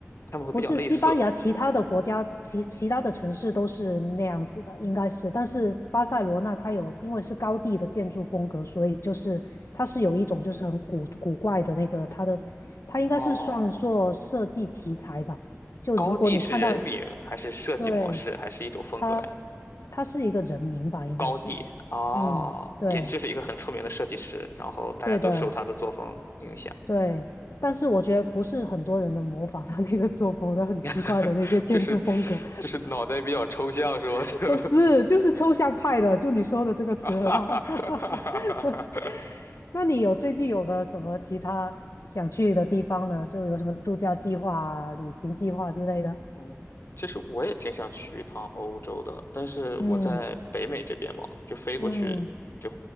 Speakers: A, on the left (about 55°); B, on the left (about 70°).
A: 他们会比较类似。
B: 不是西班牙，其他的国家其其他的城市都是那样子的，应该是。但是巴塞罗那它有，因为是高地的建筑风格，所以就是它是有一种就是很古古怪的那个它的，它应该是算作设计奇才吧。
A: 哦，
B: 就如果你看到，
A: 高地是人名还是设计模式，
B: 对，
A: 还是一种风格呀？
B: 他他是一个人名吧，应该是。
A: 高地哦，
B: 嗯，对，
A: 也就是一个很出名的设计师，然后大家都受他的作风影响。
B: 对的，对。但是我觉得不是很多人能模仿他那个作风的，很奇怪的那些建筑风格。
A: <laughs> 就是就是脑袋比较抽象是吗？
B: <laughs>
A: <laughs> 就
B: 呃是，就是抽象派的，就你说的这个词很好。
A: 啊哈哈哈哈哈哈！
B: <laughs> 那你有最近有没有什么其他想去的地方呢？就有什么度假计划啊、旅行计划之类的？
A: 嗯，其实我也挺想去一趟欧洲的，但是我在北美这边嘛，
B: 嗯
A: 就飞过去就
B: 嗯，